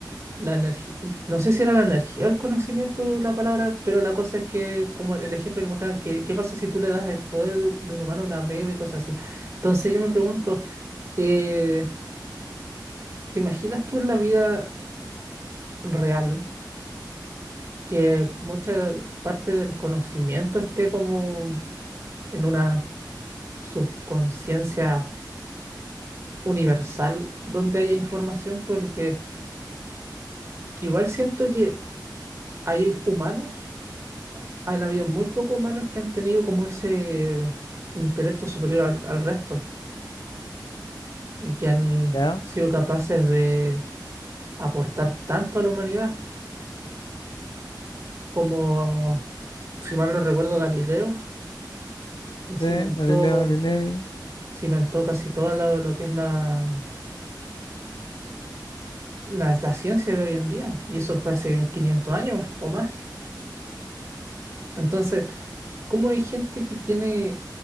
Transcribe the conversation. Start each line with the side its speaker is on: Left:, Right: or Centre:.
Right: La energía, no sé si era la energía o el conocimiento la palabra, pero la cosa es que, como el ejemplo que mostraban, que, ¿qué pasa si tú le das el poder de, un de un humano a una ameba y cosas así? Entonces yo me pregunto, eh, ¿te imaginas tú en la vida real que mucha parte del conocimiento esté como en una subconsciencia universal donde haya información? Porque igual siento que hay humanos han habido muy pocos humanos que han tenido como ese intelecto superior al, al resto y que han
Left: Ya,
Right: sido capaces de aportar tanto a la humanidad como, si mal no recuerdo, Galileo, que cimentó,
Left: sí, Galileo Galilei.
Right: cimentó casi todo lo, lo que es la, la, la ciencia de hoy en día. Y eso fue hace 500 años o más. Entonces, ¿Cómo hay gente que tiene